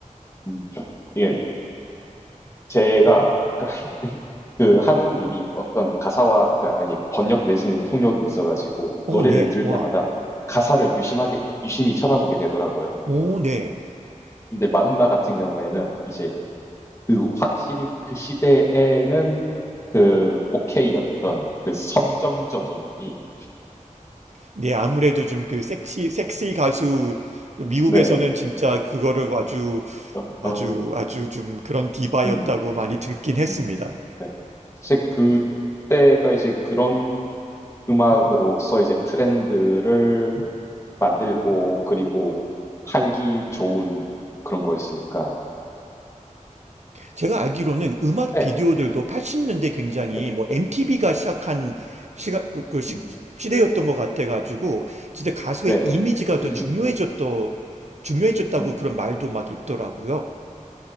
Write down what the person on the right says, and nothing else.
어,
네.
와.
오, 네.
네, 아무래도 좀 그 섹시, 섹시 가수 미국에서는
진짜 그거를 아주
아주
아주 좀 그런 디바였다고
많이 듣긴 했습니다.
제가 알기로는 음악
비디오들도 80년대 굉장히
뭐 MTV가 시작한 시가 그, 그 시,
시대였던 것 같아가지고 진짜 가수의
이미지가 더
중요해졌더 중요해졌다고
그런 말도 막 있더라고요.